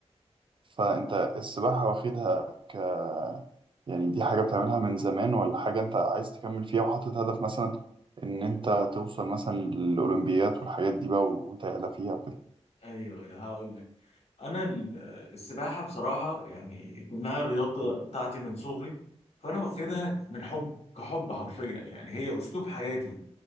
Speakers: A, on the right; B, on the left.
A: فانت السباحة واخدها ك... يعني دي حاجة بتعملها من زمان ولا حاجة أنت عايز تكمل فيها وحاطط هدف مثلا إن أنت توصل مثلا للأولمبيات والحاجات دي بقى و- وتعلى فيها وكده
B: ايوه أيوه، هقول لك انا ال- السباحه بصراحه يعني كونها الرياضه بتاعتي من صغري فانا واخدها من حب كحب حرفيا يعني هي اسلوب حياتي